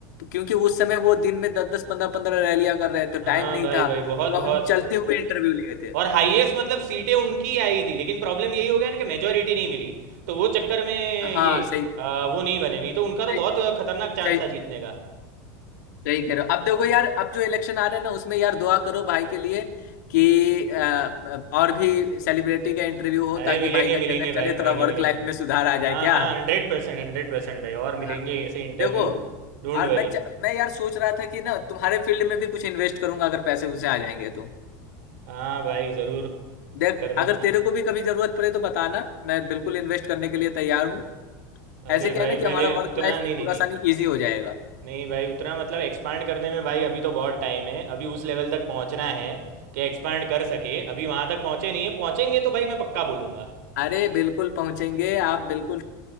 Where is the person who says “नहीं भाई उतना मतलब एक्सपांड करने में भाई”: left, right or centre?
Right